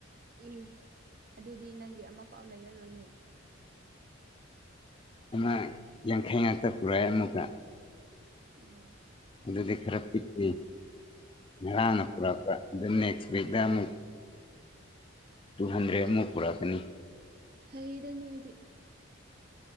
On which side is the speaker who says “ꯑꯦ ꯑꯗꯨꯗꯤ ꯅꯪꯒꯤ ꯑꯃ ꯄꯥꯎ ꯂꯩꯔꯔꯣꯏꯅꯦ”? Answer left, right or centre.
Right